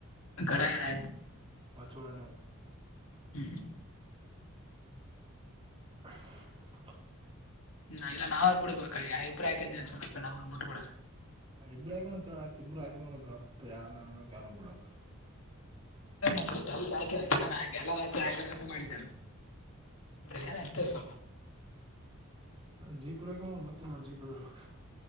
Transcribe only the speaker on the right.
ವಚುಳನ
<unintelligible> <unintelligible>
ಇಬ್ಬ ಹಾಕ ಮತ್ಯ ಇಬ್ರು ಹಾಕಂದ ಗಪ್ ಯಾರಕ್ ಯಾರ ಬಿಳಕ್
ಜೀಪ್ ರಕ ಮತ್ತೆ ಮಾಡ ಜೀಪ್ರ್ಲ